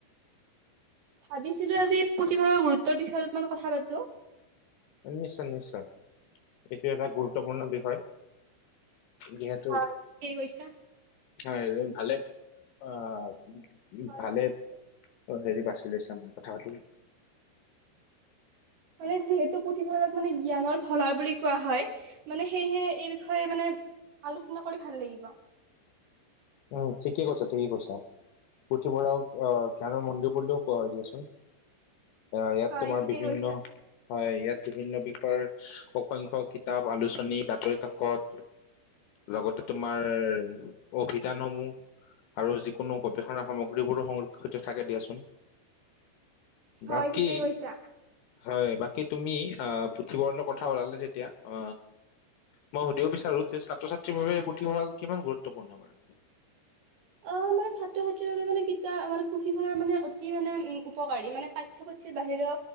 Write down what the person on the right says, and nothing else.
ভাবিছিলো আজি পুথিভঁৰালৰ গুৰুত্বৰ বিষয়ে অলপমান কথা পাতো।
অ, কি কৰিছা?
হয়
মানে যিহেতু পুথিভঁৰালক মানে জ্ঞানৰ ভঁৰাল বুলি কোৱা হয় মানে সেয়েহে এই বিষয়ে মানে আলোচনা কৰি ভাল লাগিব।
হয়
ঠিকেই
কৈছা
হয়
ঠিকেই কৈছা।
<unintelligible> মানে ছাত্ৰ ছাত্ৰীৰ বাবে মানে কিতাপ মে পুথিভঁৰাৰ মানে অতি মানে উ উপকাৰী মানে পাঠ্যপুথিৰ বাহিৰেও